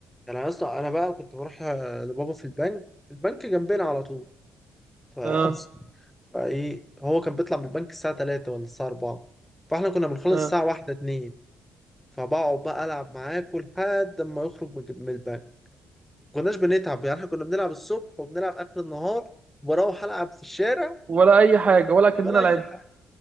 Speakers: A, in the centre; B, on the right.
A: انا يا اسطى انا بقى كنت بروح آه، لبابا في البنك البنك جنبنا على طول ف <laughs>
B: اه
A: فايه هو كان بيطلع من البنك الساعه 3 ولا الساعه 4 فاحنا كنا بنخلص
B: اه
A: الساعه 1 2 فبقعد بقى العب معاه كل لحد ما يخرج من من البنك ما كناش بنتعب يعني احنا كنا بنلعب الصبح وبنلعب اخر النهار وبروح العب في الشارع
B: ولا اي حاجه ولا كاننا
A: ولا
B: لعب
A: اي حاجه